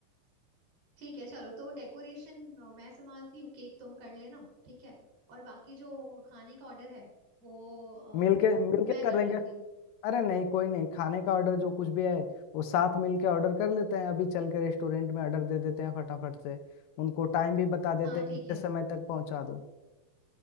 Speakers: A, on the right (about 80°); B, on the left (about 80°).
A: ठीक है चलो तो डेकोरेशन मैं संभालती हूँ केक तुम कर लेना ठीक है और बाकी जो खाने का ऑर्डर है वो अ,
B: मिलके मिलके
A: वो मैं
B: कर
A: कर
B: लेंगे
A: लेती हूँ
B: अरे नहीं कोई नहीं खाने का ऑर्डर जो कुछ भी है वो साथ मिलके ऑर्डर कर लेते हैं अभी चल के रेस्टोरेंट में ऑर्डर दे देते हैं फटाफट से उनको टाइम भी बता देते
A: हाँ
B: हैं
A: ठीक
B: कितने
A: है
B: समय तक पहुंचा दो